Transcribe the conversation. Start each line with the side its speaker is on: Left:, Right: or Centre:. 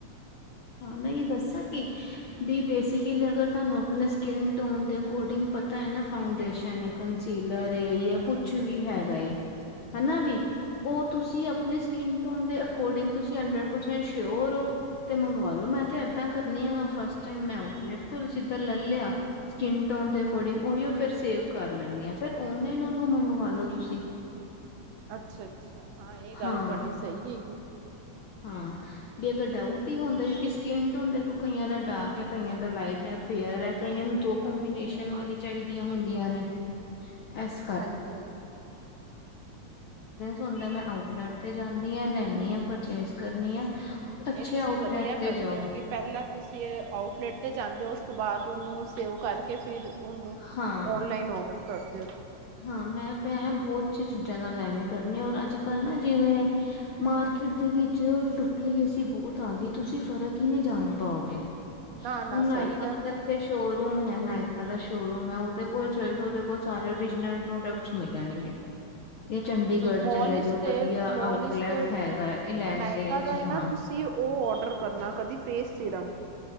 Left: ਹਾਂ ਨਹੀ ਇਹ ਦੱਸਾਂ ਕਿ ਵੀ ਬੇਸਿਕਲੀ ਅਗਰ ਤੁਹਾਨੂੰ ਆਪਣੇ ਸਕਿਨ ਟੋਨ ਦੇ ਅਕੋਰਡਿੰਗ ਪਤਾ ਹੈ ਨਾ ਫਾਊਡੇਸ਼ਨ ਹੈ ਕੰਸੀਲਰ ਜਾਂ
Right: ਹੂੰ
Left: ਕੁਛ ਵੀ ਹੈਗਾ ਹਨਾ ਵੀ
Right: ਹੂੰ
Left: ਉਹ ਤੁਸੀਂ ਆਪਣੇ ਸਕਿਨ ਟੋਨ ਦੇ ਅਕੋਰਡਿੰਗ ਤੁਸੀਂ ਹੰਡਰਡ ਪਰਸੈਂਟ ਸ਼ਓਰ ਹੋ। ਅਤੇ ਮੰਗਵਾ ਲੋ ਮੈਂ ਤਾਂ ਇੱਦਾਂ ਕਰਨੀ ਆ ਫਸਟ ਟਾਈਮ ਮੈਂ ਤੋਂ ਜਿੱਦਾਂ ਲੈ ਲਿਆ ਸਕਿਨ ਟੋਨ ਦੇ
Right: ਹੂੰ
Left: ਅਕੋਰਡਿੰਗ
Right: ਹੂੰ
Left: ਉਹੀਓ ਫਿਰ ਸੇਵ ਕਰ ਲੈਂਦੀ ਆ ਫਿਰ ਔਨਲ ਉਹਨੂੰ ਮੰਗਵਾ ਲੋੋ ਤੁਸੀਂ
Right: ਅੱਛਾ-ਅੱਛਾ ਹਾਂ ਇਹ ਗੱਲ
Left: ਹਾਂ
Right: ਤੁਹਾਡੀ ਸਹੀ ਹੈਗੀ।
Left: ਹਾਂ ਵੀ ਅਗਰ ਡਾਊਟ ਹੀ ਹੁੰਦਾ ਸਕਿਨ ਤੋਂ ਐ ਦੇਖੋ ਕਈਆਂ ਦਾ ਡਾਰਕ ਕਈਆਂ ਦਾ ਲਾਈਟ ਹੈ ਫੇਅਰ ਹੈ ਕਈਆਂ ਨੂੰ ਦੋ ਕੋਂਬੀਨੇਸ਼ਨ
Right: ਹਾਂਜੀ
Left: ਵਾਲੀ ਚਾਹੀਦੀਆਂ ਹੁੰਦੀਆਂ ਨੇ--, ਇਸ
Right: ਹਾਂਜੀ
Left: ਹੁੰਦਾ ਮੈਂ ਆਊਟਲੈਟ ਤੇ ਜਾਂਦੀ ਹਾਂ ਲੈਂਦੀ ਹਾਂ ਪਰਚੇਸ ਕਰਨੀ ਆ ਅੱਛੇ
Right: ਇਹ ਤੁਸੀਂ
Left: ਆਊਟਲੈਟ
Right: ਵਧੀਆ
Left: ਤੇ
Right: ਕਰਦੇ
Left: ਜਾਓ
Right: ਹੋ ਕੀ ਪਹਿਲਾਂ ਤੁਸੀਂ ਆਊਟਲੈਟ 'ਤੇ ਜਾਂਦੇ ਹੋ ਉਸ ਤੋਂ ਬਾਅਦ ਉਹਨੂੰ ਸੇਵ ਕਰਕੇ ਫਿਰ ਉਹਨੂੰ
Left: ਹਾਂ
Right: ਔਨਲਾਈਨ ਔਡਰ ਕਰ ਦਿਓ
Left: ਹਾਂ ਮੈਂ-ਮੈਂ ਬਹੁਤ ਚੀਜ਼ਾਂ ਨਾਲ ਐਵੇਂ ਕਰਨੀ ਆ ਔਰ ਅੱਜ ਕੱਲ੍ਹ ਨਾ ਜਿਵੇਂ ਮਾਰਕੀਟ ਦੇ ਵਿੱਚ ਡੁਪਲੀਕੇਸੀ ਬਹੁਤ ਆ ਗਈ ਤੁਸੀਂ ਫਰਕ ਹੀ ਨਹੀਂ ਜਾਣ ਪਾਓਗੇ
Right: ਨਾ ਨਾ
Left: ਹੁਣ ਨਾਇਕਾ
Right: ਸਹੀ ਗੱਲ ਹੈ।
Left: ਇਥੇ ਸ਼ੋਰ ਰੂਮ ਹੈ ਨਾਇਕਾ ਦਾ ਸ਼ੋਅਰੂਮ ਹੈ ਉਹਦੇ ਕੋਲ ਚੱਲ
Right: ਹੂੰ
Left: ਜਾਓ ਉਹਦੇ ਕੋਲ ਚਾਰੇ ਨਾਲ ਪ੍ਰੋਡਕਟਸ ਮਿਲਣਗੇ ਜਾ ਚੰਡੀਗੜ੍ਹ
Right: ਮੋਲ
Left: ਚਲੇ
Right: ਵਿਚ
Left: ਜੋ
Right: ਤੇ
Left: ਵਧੀਆ
Right: ਮੋਲ
Left: ਆਊਟਲੈਟ
Right: ਵਿਚ ਤੇ ਓਰੀਜਨਲ
Left: ਹੈਗਾ ਇਲਾਟੇ
Right: ਨਾਇਕਾ ਦਾ
Left: ਚ
Right: ਹੈ ਨਾ
Left: ਹਾਂ
Right: ਤੁਸੀਂ ਉਹ ਔਡਰ ਕਰਨਾ ਕਦੀ ਫੇਸ ਸੀਰਮ